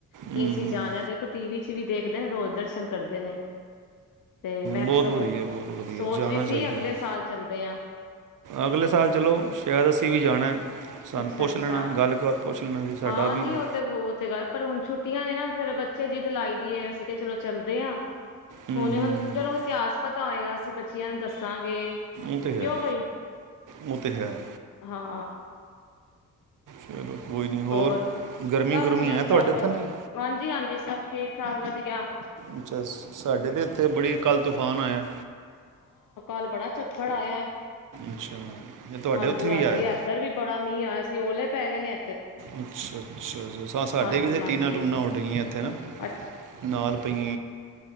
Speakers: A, on the left; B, on the right.
A: ਕੀ
B: ਹਮ,
A: ਅਸੀਂ ਜਾਣਾ ਐ, ਦੇਖੋ ਟੀ ਵੀ ਟੀ ਵੀ ਦੇਖਦੇ ਨੇ ਰੋਜ਼ ਦਰਸ਼ਨ ਕਰਦੇ ਨੇ ਤੇ ਮੈਂ
B: ਬਹੁਤ
A: ਸਗੋਂ
B: ਵਧੀਆ ਬਹੁਤ ਵਧੀਆ
A: ਸੋਚ
B: ਜਾਣਾ
A: ਰਹੀ
B: ਚਾਹੀਦਾ
A: ਸੀ ਅਗਲੇ
B: ਹੈ,
A: ਸਾਲ ਚੱਲਦੇ ਆ
B: ਅਗਲੇ ਸਾਲ ਚਲੋ ਸ਼ਾਇਦ ਅਸੀਂ ਵੀ ਜਾਣਾ ਐ - ਸਾਨੂੰ
A: ਅੱਛਾ
B: ਪੁੱਛ
A: ਅੱਛਾ
B: ਲੈਣਾ ਗੱਲ ਪੁੱਛ ਲੈਣਾ ਜੀ ਸਾਡਾ
A: ਹਾਂ
B: ਵੀ
A: ਨਹੀਂ
B: ਹਮ,
A: ਉਹ ਤੇ ਉਹ ਤੇ ਗੱਲ ਐ, ਪਰ ਹੁਣ ਛੁੱਟੀਆਂ ਨੇ ਨਾ ਫਿਰ ਬੱਚੇ ਜਿਦ ਲਾਈ ਅਸੀਂ ਕਿਹਾ ਚਲੋ ਚੱਲਦੇ ਹਾਂ
B: ਹਮ,
A: ਹੁਣੇ
B: ਹਮ,
A: ਹੁਣ ਚਲੋ ਇਤਿਹਾਸ ਪਤਾ ਹੋਏਗਾ ਅਸੀਂ ਬੱਚੀਆਂ ਨੂੰ ਦੱਸਾਂਗੇ ਕੇ,
B: ਉਹ ਤੇ
A: ਕਿਉਂ
B: ਹੈ
A: ਬਈ
B: ਉਹ ਤੇ ਹੈ
A: ਹਾਂ
B: ਚਲੋ ਕੋਈ ਨਹੀਂ
A: ਹੋਰ
B: ਗਰਮੀ
A: ਸਭ
B: ਗਰਮੀ
A: ਠੀਕ
B: ਹੈ ਤੁਹਾਡੇ
A: ਠਾਕ
B: ਇੱਥੇ
A: ਬਸ,
B: ਨਹੀਂ
A: ਹਾਂਜੀ ਹਾਂਜੀ ਸਭ ਠੀਕ ਸਮਾਨ ਵਧ ਗਿਆ।
B: ਅੱਛਾ ਸਾਡੇ ਤੇ ਇੱਥੇ, ਬੜੀ ਕੱਲ ਤੂਫਾਨ ਆਇਆ
A: ਕਲ ਬੜਾ ਚੱਖੜ ਆਇਆ ਐ।
B: ਅੱਛਾ ਇਹ ਤੁਹਾਡੇ
A: ਹਾਂਜੀ
B: ਉੱਥੇ ਵੀ
A: ਹਾਂਜੀ
B: ਆਇਆ
A: ਏਧਰ ਵੀ ਬੜਾ ਮੀਂਹ ਆਇਆ ਸੀ ਓਲੇ ਪੈ ਗਏ ਨੇ-ਏ
B: ਅੱਛ ਅੱਛ ਸ ਸਾਡੇ
A: ਹਾਂਜੀ
B: ਵੀ ਇਥ
A: ਹਾਂਜੀ
B: ਟੀਨਾਂ ਟੂਨਾਂ ਉੱਡ ਗਈਆਂ ਇੱਥੇ ਨਾ
A: ਅੱਛ
B: ਨਾਲ ਪਈ